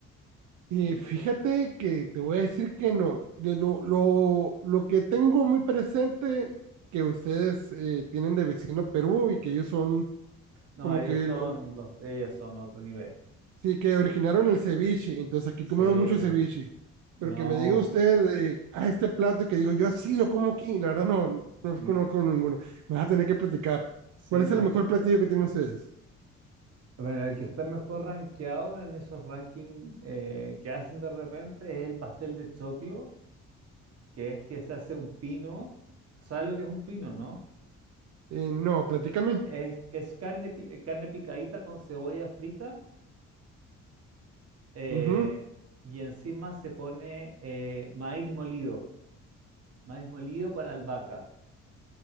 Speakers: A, on the right; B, on the right.
A: Y
B: ¿Se conoce?
A: fíjate que te voy a decir que no. De lo, lo, lo que tengo muy presente que ustedes eh, tienen de vecino Perú y que ellos son
B: No,
A: como
B: ellos
A: que
B: son
A: el-
B: los, ellos son otro nivel.
A: Sí, que originaron el ceviche, entonces aquí
B: Sí,
A: comemos mucho ceviche.
B: no,
A: Pero que me diga usted de ah, este plato que digo, yo así lo como aquí, la verdad no,
B: mm,
A: no conozco ninguno. Me vas a tener que platicar.
B: sí,
A: ¿Cuál
B: no,
A: es el
B: es
A: mejor
B: que eh,
A: platillo que tienen ustedes?
B: Bueno, el que está mejor rankeado en esos rankings eh, que hacen de repente es el pastel de choclo, que es que se hace un pino. ¿Sabes lo que es un pino, no?
A: Eh, no, platícame.
B: Es, es carne, pi- carne picadita con cebolla frita eh,
A: Ujú,
B: y encima se pone eh, maíz molido, maíz molido con albahaca.